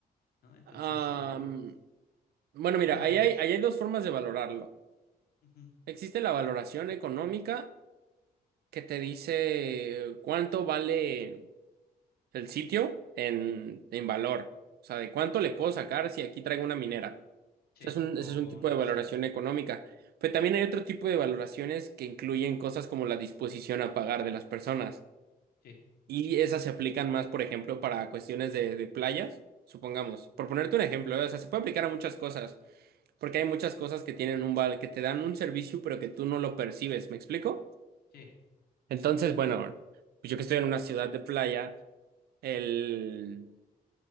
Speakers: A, on the left; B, on the right.
A: ¿no? Entonces,
B: Am,
A: eh,
B: bueno, mira,
A: no,
B: ahí hay, ahí hay dos formas de valorarlo.
A: ujú,
B: Existe la valoración económica que te dice cuánto vale el sitio en, en valor. O sea, de cuánto le puedo sacar si aquí traigo una minera.
A: sí,
B: sea, es un,
A: o
B: ese es un tipo
A: lo
B: de
A: que
B: valoración
A: sea, sí,
B: económica. Pero también hay otro tipo de valoraciones que incluyen cosas como la disposición a pagar de las personas.
A: sí,
B: Y esas se aplican más, por ejemplo, para cuestiones de, de playas, supongamos. Por ponerte un ejemplo, ¿eh? O sea, se puede aplicar a muchas cosas, porque hay muchas cosas que tienen un val, que te dan un servicio, pero que tú no lo percibes, ¿me explico?
A: sí,
B: Entonces, bueno, pues yo que estoy en una ciudad de playa, el,